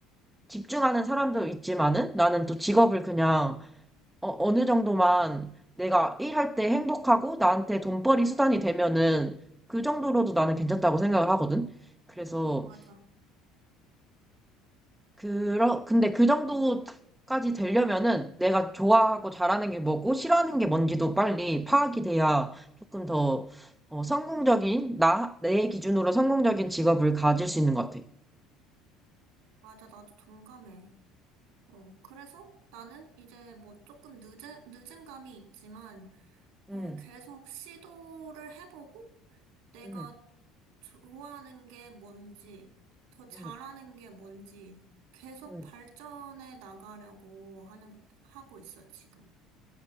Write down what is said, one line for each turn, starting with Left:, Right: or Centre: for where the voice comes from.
Centre: 집중하는 사람도 있지만은 나는 또 직업을 그냥 어, 어느 정도만 내가 일할 때 행복하고 나한테 돈벌이 수단이 되면은 그 정도로도 나는 괜찮다고 생각을 하거든. 그래서
Right: 맞아.
Centre: 그러 근데 그 정도까지 되려면은 내가 좋아하고 잘하는 게 뭐고 싫어하는 게 뭔지도 빨리 파악이 돼야 조금 더 어, 성공적인 나 내 기준으로 성공적인 직업을 가질 수 있는 것 같아.
Right: 맞아. 나도 동감해. 어, 그래서 나는 이제 뭐 조금 늦은, 늦은 감이 있지만,
Centre: 응,
Right: 어, 계속 시도를 해보고, 내가
Centre: 응,
Right: 좋아하는 게 뭔지, 더 잘하는
Centre: 응,
Right: 게 뭔지, 계속
Centre: 응.
Right: 발전해 나가려고 하는, 하고 있어, 지금.